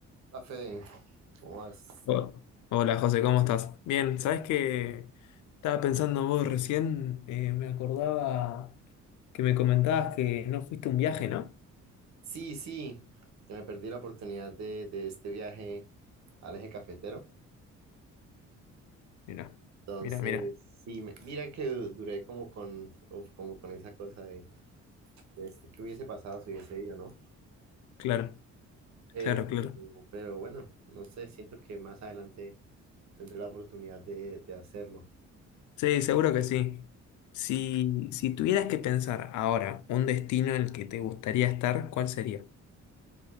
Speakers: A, on the right; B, on the left.
A: Hola Fede, ¿cómo vas?
B: Ho- Hola José, ¿cómo estás? Bien, ¿sabés que estaba pensando vos recién? eh, me acordaba que me comentabas que no fuiste a un viaje, ¿no?
A: Sí, sí, que me perdí la oportunidad de, de este viaje al eje cafetero.
B: Mira,
A: Entonces,
B: mira, mira.
A: sí, me- mira que du- duré como con, uf, como con esa cosa de, de este, qué hubiese pasado si hubiese ido, ¿no?
B: Claro,
A: Pero,
B: claro, claro.
A: pero bueno, no sé, siento que más adelante tendré la oportunidad de, de hacerlo.
B: Sí, seguro que sí. Si, si tuvieras que pensar ahora un destino en el que te gustaría estar, ¿cuál sería?